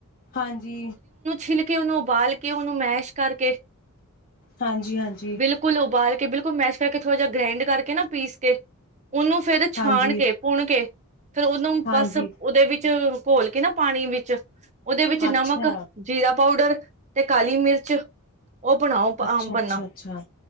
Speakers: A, on the left; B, on the right.
A: ਹਾਂਜੀ।
B: ਛਿਲ ਕੇ ਓਨੂੰ ਉਬਾਲ ਕੇ ਓਨੂੰ ਮੈਸ਼ ਕਰਕੇ
A: ਹਾਂਜੀ, ਹਾਂਜੀ,
B: ਬਿਲਕੁਲ ਉਬਾਲ ਕੇ ਬਿਲ ਮੈਸ਼ ਕਰਕੇ ਥੋੜਾ ਜਾ ਗ੍ਰਾਇੰਡ ਕਰਕੇ ਨਾ ਪੀਸ ਕੇ ਓਨੂੰ ਫੇਰ ਛਾਣ
A: ਹਾਂਜੀ,
B: ਕੇ ਪੁਣ ਕੇ ਫੇਰ ਓਨੂੰ
A: ਹਾਂਜੀ
B: ਬਸ ਔਦੇ ਵਿੱਚ ਘੋਲ ਕੇ ਨਾ ਪਾਣੀ ਵਿੱਚ ਔਦੇ ਵਿੱਚ
A: ਅੱਛਾ।
B: ਨਮਕ ਜੀਰਾ ਪਾਊਡਰ ਤੇ ਕਾਲੀ ਮਿਰਚ ਉਹ ਬਣਾਓ
A: ਅੱਛਾ
B: ਆਮ ਪੰਨਾ
A: ਅੱਛਾ ਅੱਛਾ